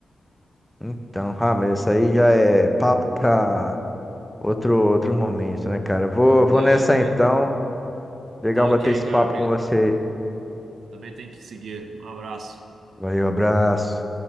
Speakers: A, in the centre; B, on the right.
A: então, ah, mas isso aí já é
B: É,
A: papo para outro, outro momento, né, cara? Vou, vou
B: é,
A: nessa
B: mas
A: então. Legal
B: tá
A: bater
B: ok,
A: esse papo
B: cara. Briga.
A: com você.
B: Também tem que seguir. Um abraço.
A: Valeu, abraço.